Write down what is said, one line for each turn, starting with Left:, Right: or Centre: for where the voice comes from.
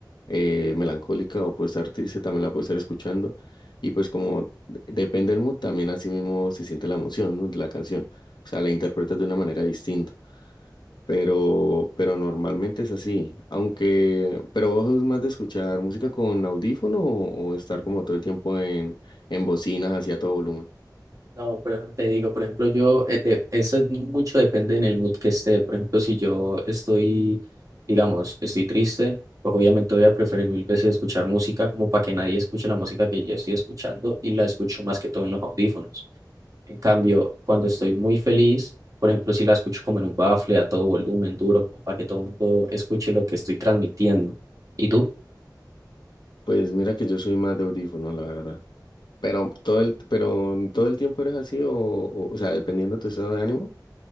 Left: eh, melancólica o puedo estar triste, también la puedo estar escuchando. Y pues como de- depende del mood, también así mismo se siente la emoción, ¿no? de la canción. O sea, la interpretas de una manera distinta. Pero, pero normalmente es así. Aunque, pero vos sos más de escuchar música con audífono o, o estar como todo el tiempo en, en bocinas así a todo volumen.
Right: No, pero te digo, por ejemplo, yo, eh, de- eso es mucho depende en el mood que esté. Por ejemplo, si yo estoy, digamos, estoy triste, pues obviamente voy a preferir mil veces escuchar música como para que nadie escuche la música que yo estoy escuchando y la escucho más que todo en los audífonos. En cambio, cuando estoy muy feliz, por ejemplo, si la escucho como en un bafle, a todo volumen, duro, como para que todo el mundo escuche lo que estoy transmitiendo. ¿Y tú?
Left: Pues mira que yo soy más de audífonos, la verdad. Pero todo el, pero todo el tiempo eres así o, o, o sea, dependiendo de tu estado de ánimo.